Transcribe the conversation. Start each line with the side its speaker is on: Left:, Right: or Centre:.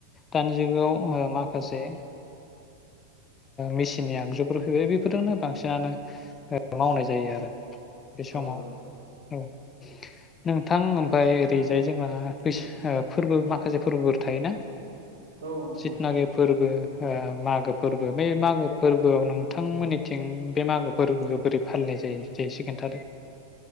Left: दानि जुगाव माखासे मेसिननि आगजुफोर फैबाय बेफोरजोंनो बांसिनानो मावनाय जायो आरो
Right: औ
Left: बे समाव
Right: औ
Left: औ नोंथां ओमफाय ओरैजाय जोंहा बैस फोरबो माखासे फोरबोफोर थायोना
Right: औ नोंथां
Left: सितनाागे फोरबो मागो फोरबो बे मागो फोरबोआव नोंथांमोननिथिं बे मागो फोरबोखौ बोरै फालिनाय जायो दे एसे खोन्थादो